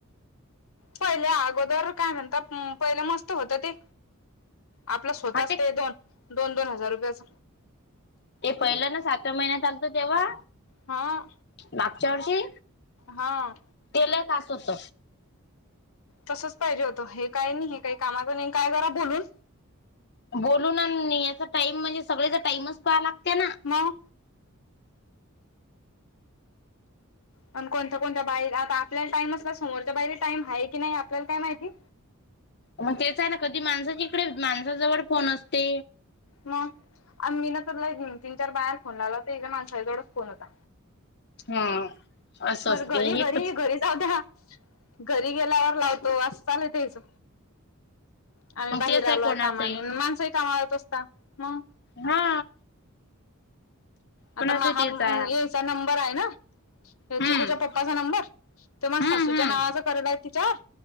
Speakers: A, on the left; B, on the left.
A: पहिले अगोदर काय म्हणता पहिले मस्त होत ते आपलं स्वतःचतय
B: हा ते
A: दोन दोन दोन हजार रुपयाच
B: ते पहिलं ना सातव्या महिन्यातचालतं तेव्हा
A: हा
B: मागच्यावरती
A: हा
B: तेला कास होत
A: तसच पाहिजे होतं हे काय नाही हे काही कामाातं काय करा बोलून
B: बोलून याचा टाईम म्हणजे सगळेचा टाईमच पहा लागते ना
A: म पण कोणत्या कोणत्या बाईर आता आपल्याला टाईमच का समोरच्या बाईरी टाईम आहे की नाही आपल्याला काय माहिती
B: मग तेच आहे ना कधी माणसाच्यािकडे माणसाजवळ फोन असते
A: मग मी ना तला एक तीन चार बाहेर फोन लावला तर एकदा माणसाच्या जवळच फोन होता
B: ह असं
A: म
B: असते
A: घरी
B: हे
A: घरी
B: पण
A: घरी जाऊ द्या घरी गेल्यावर लावतो असं चालयच आम्ही
B: मग
A: बाहेर
B: तेच
A: आलो
B: कोणाचही
A: आहे कामाने माणसंही कामा लात असता मग
B: हा कोणाच
A: आता म हा
B: तेच आहे
A: यायचा नंबर आहे ना
B: हम्म
A: चखूच्या पप्पाचा नंबर तर मग
B: हम्म
A: सासूच्या
B: हम्म
A: नावाचा कयला आहे तिच्यावर